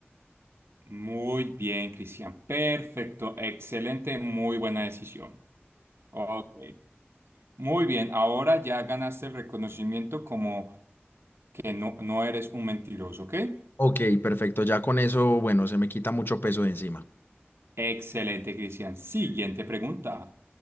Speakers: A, on the right; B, on the left.
A: Muy bien, Cristian. Perfecto. Excelente. Muy buena decisión. Ok. Muy bien. Ahora ya ganaste el reconocimiento como que no, no eres un mentiroso, ¿ok?
B: Ok, perfecto. Ya con eso, bueno, se me quita mucho peso de encima.
A: Excelente, Cristian. Siguiente pregunta.